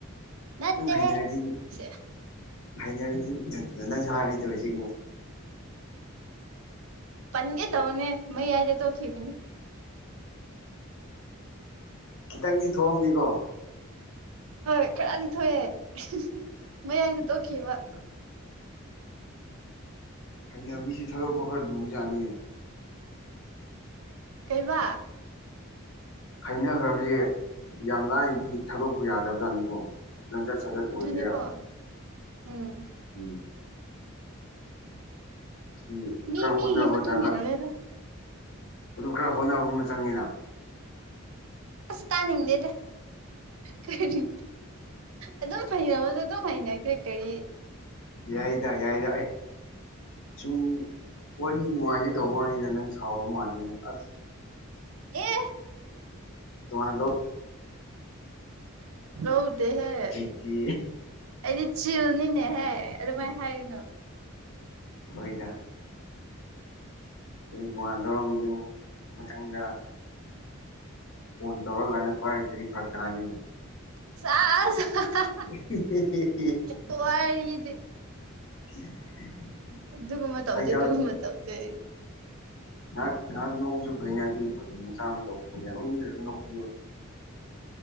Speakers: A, on the right; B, on the left.
A: ꯅꯠꯇꯦꯍꯦ
B: ꯅꯪ ꯍꯩꯅꯔꯗꯤ ꯑꯗꯨꯝ
A: ꯁꯦ
B: ꯍꯩꯅꯔꯗꯤ ꯑꯗꯨꯝ ꯅꯪꯁꯨ ꯍꯥꯏꯔꯤ ꯇꯧꯔꯤꯁꯤꯒ
A: ꯄꯟꯒꯦ ꯇꯧꯅꯦ ꯃꯌꯥꯏꯗ ꯇꯣꯛꯈꯤꯕꯅꯦ
B: ꯈꯤꯇꯪꯗꯤ ꯊꯣꯛꯑꯝꯃꯤꯀꯣ
A: ꯍꯣꯏ ꯈꯔꯗꯤ ꯊꯣꯛꯑꯦ ꯃꯌꯥꯏꯗ ꯇꯣꯛꯈꯤꯕ
B: ꯍꯩꯅꯕꯤꯁ ꯊꯥꯗꯛꯄ ꯈꯔ ꯂꯨꯕꯖꯠꯅꯤ
A: ꯀꯩꯕꯥ
B: ꯍꯥꯏꯅꯈ꯭ꯔꯕꯁꯦ ꯌꯥꯝ ꯂꯥꯏꯅꯗꯤ ꯊꯥꯗꯣꯛꯄ ꯌꯥꯗꯕꯖꯥꯠꯅꯤꯀꯣ ꯂꯝꯆꯠ ꯁꯥꯖꯠ ꯑꯣꯏꯒꯦꯔꯥ
A: ꯑꯗꯨꯅꯦꯀꯣ ꯎꯝ
B: ꯎꯝ ꯁꯤ
A: ꯃꯤ
B: ꯈꯔ
A: ꯃꯤꯒꯤ
B: ꯍꯣꯠꯅꯕ
A: ꯃꯇꯨꯡ
B: ꯗꯔꯀ
A: ꯏꯟꯅꯔꯦꯗ
B: ꯑꯗꯨꯝ ꯈꯔ ꯍꯣꯠꯅꯕ ꯑꯃ ꯆꯪꯉꯤꯅ
A: ꯑꯁ ꯇꯅꯤꯡꯗꯦꯗ ꯀꯔꯤ ꯑꯗꯨꯝ ꯍꯅꯕꯗ ꯑꯗꯨꯝ ꯍꯩꯅꯈ꯭ꯔꯦ ꯀꯔꯤ
B: ꯌꯥꯏꯗ ꯌꯥꯏꯗ ꯁꯨꯝ ꯋꯥꯔꯤ ꯅꯨꯡꯉꯥꯏꯁꯤ ꯇꯧꯕ ꯃꯥꯜꯂꯤꯗ ꯅꯪ ꯁꯥꯎꯕ ꯃꯥꯜꯂꯤꯗ ꯑꯁ
A: ꯑꯦ
B: <unintelligible>
A: ꯂꯧꯎꯗꯍꯦ
B: ꯆꯤꯆꯦ
A: ꯑꯩꯗꯤ ꯆꯤꯜꯅꯤꯅꯦꯍꯦ ꯑꯗꯨꯃꯥꯏꯅ ꯍꯥꯏꯔꯤꯅꯣ
B: ꯑꯣꯏꯣꯏꯗ ꯑꯩꯈꯣꯏ ꯇꯣꯉꯥꯟꯅ ꯂꯧꯔꯝꯝꯕꯗꯤ ꯑꯃꯨꯛ ꯃꯊꯪꯗ ꯐꯣꯟ ꯇꯧꯔꯀꯥꯟꯗ ꯄꯥꯏꯔꯛꯇꯗꯤ ꯐꯔꯛ ꯇꯥꯅꯤꯅ
A: <unintelligible>
B: <unintelligible>
A: ꯍꯋꯥ ꯏꯗꯤ
B: <unintelligible>
A: ꯗꯨꯒꯃ ꯇꯗꯦ
B: ꯐꯥꯒꯤ
A: ꯗꯨꯒꯃ ꯇꯧꯗꯦ
B: ꯉꯍꯥꯛ ꯉꯥꯏꯍꯥꯛ ꯅꯧꯕꯁꯨ ꯐꯩꯅꯦ ꯑꯗꯨꯒꯤ ꯐ ꯃꯆꯥ ꯑꯃꯧ ꯌꯥꯔꯣꯛꯅꯤꯡꯗ꯭ꯔꯁꯨ ꯅꯣꯛꯄꯤꯌꯣ